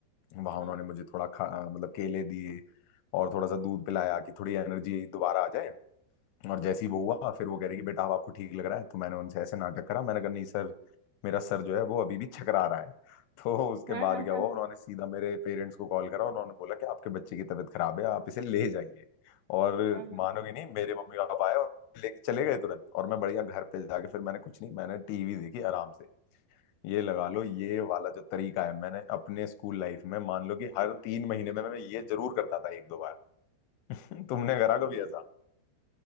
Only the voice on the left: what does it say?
वहां
उन्होंने मुझे थोड़ा खा मतलब केले दिए और थोड़ा सा दूध पिलाया कि थोड़ी एनर्जी दोबारा आ जाए और जैसे ही वो हुआ फिर वो कह रही कि बेटा अब आपको ठीक लग रहा है तो मैंने उनसे ऐसे नाटक करा मैंने कहा नहीं सर मेरा सर जो है वो अभी भी छकरा रहा है <laughs> तो उसके
बाद
क्या
हुआ उन्होंने सीधा मेरे पेरेंट्स को कॉल करा उन्होंने बोला कि आपके बच्चे की तबीयत खराब है आप इसे ले जाइए और
मानोगे नहीं मेरे मम्मी पापा आए और लेके चले गए तुरंत और मैं बढ़िया घर पे जाके फिर मैंने कुछ नहीं मैंने टीवी देखी आराम से ये लगा लो ये वाला जो तरीका है मैंने अपने स्कूल लाइफ में मान लो कि हर तीन महीने में मैं ये जरूर करता था एक दो बार <laughs> तुमने करा कभी ऐसा